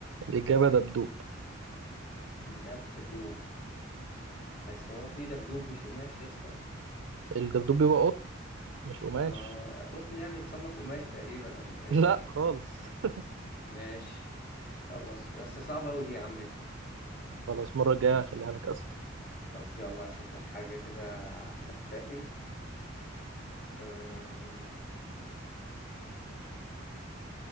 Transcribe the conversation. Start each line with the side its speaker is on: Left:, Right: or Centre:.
Right: الاجابه دبدوب
Left: دبدوب بس هو في دبدوب مش قماش يا اسطى
Right: الدبدوب بيبقى قط مش قماش
Left: طب ما هو قطن يعني تصنف قماش تقريبا ولا ايه
Right: لا خالص <laughs>
Left: <laughs> ماشي خلاص بس صعبة أوي دي يا عم انت
Right: خلاص المرة الجاية هخليها لك أسهل
Left: طب يلا هشوف لك حاجة كده خفافي أم،